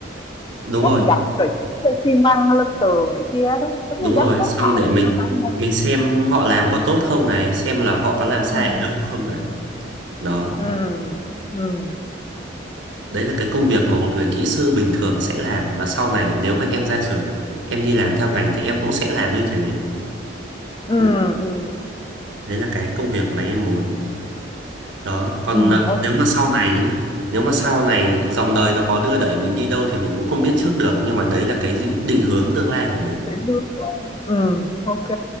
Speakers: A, on the right; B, on the left.
A: Đúng
B: trát
A: rồi,
B: gạch rồi trét xi măng lên tường này kia á, đúng hông? Giống
A: đúng
B: như
A: rồi,
B: giám sát
A: xong
B: họ
A: để
B: vậy
A: mình
B: ha? Phải hông ta?
A: mình xem họ làm có tốt không này, xem là họ có làm sai
B: Ừm,
A: ở đâu không này. Đó,
B: ừm, ừm,
A: đấy là cái công việc mà một người kỹ sư bình thường sẽ làm và sau này nếu mà em ra trường, em đi làm theo ngành thì em cũng sẽ làm như thế.
B: ừm,
A: Đấy,
B: ừm,
A: đấy là cái công việc mà em muốn. Đó, còn
B: ừm,
A: ờ,
B: ô
A: nếu mà sau này nhá, nếu mà sau này dòng đời nó có đưa đẩy mình đi đâu thì mình cũng không biết trước được nhưng mà đấy là cái định, định hướng tương lai của mình.
B: định hướng của em. Ừm. ok